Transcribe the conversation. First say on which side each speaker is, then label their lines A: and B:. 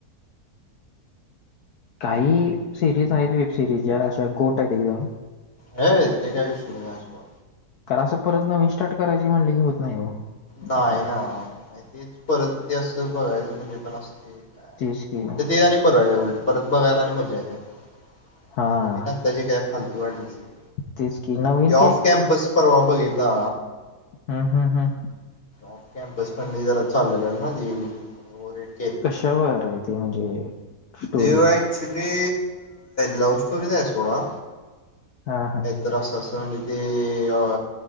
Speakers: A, on the left (about 75°); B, on the left (about 35°).
A: काही सिरीज आहेत वेब सिरीज ज्या अशा गोट आहेत एकदम.
B: हे ते काही विशेष <unintelligible>
A: कार असं परत नवीन स्टार्ट करायची म्हणली की होत नाही हो.
B: नाही
A: आता.
B: ना तेच परत ते असं बघायचं म्हणजे पण असते.
A: तेच की
B: उलट ते आणि बरं आहे उलट परत बघायला आणि मज्जा येते
A: हां,
B: नवीन. आताची काय फालतू काढल्यात सिरीज
A: तेच की नवीन
B: ते ऑफ कॅम्पस परवा बघितला.
A: हूं हूं हूं!
B: ऑफ कॅम्पस पण लयी जरा चाललेला ना ती ओेव्हर रेट
A: कशावर ऐकलं म्हणजे. स्टोरी?
B: तेव ऍक्च्युली लव्ह स्टोरीज आहे सोडा.
A: हां, हां.
B: तर असं असं म्हणजे ते अ